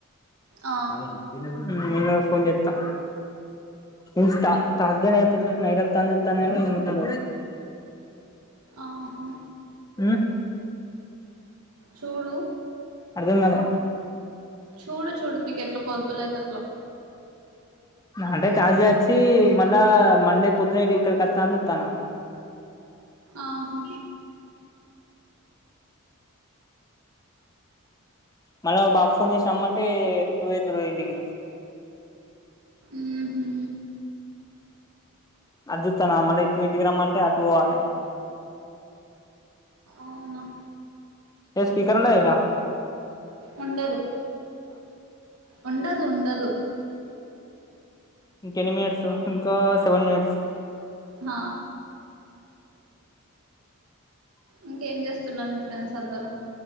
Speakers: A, on the right; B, on the left.
A: ఆ,
B: అవునా నేనెబ్బుడ్ రా నేను అవ్ ఫోన్ చేత్తా. చూస్త పాజిబుల్ అయితె నైట్ వత్తాని చూత్తాన కాని ఏమో తెలియదు
A: ఆహా
B: ఉ
A: చూడు
B: అర్ధంకాల
A: చూడు చూడు నీకెట్ల పాసిబల్ అయితె అట్లా
B: అంటే తాజ అచ్చి మళ్ళా మండే పొద్దున అయితె ఇక్కడికి అత్త అని చూత్తాన్న.
A: ఆహ
B: మళ్ళ బావ్ ఫోన్ చేసి రమ్మంటే పోయోత్తిమి ఇంటికి
A: ఉహు
B: అద్ జుతాన్నా మళ్ళా ఇప్పుడు ఇంటికి రమ్మంటే అటు పోవాలి.
A: అవునా
B: ఏ స్పీకర్ ఉండ ఇలా
A: ఉండదు ఉండదు ఉండదు
B: ఇంక ఎన్ని మినిట్స్ ఇంకా సెవెన్ మినిట్స్
A: హ ఇంకేం చేస్తున్నారు మీ ఫ్రెండ్స్ అందరూ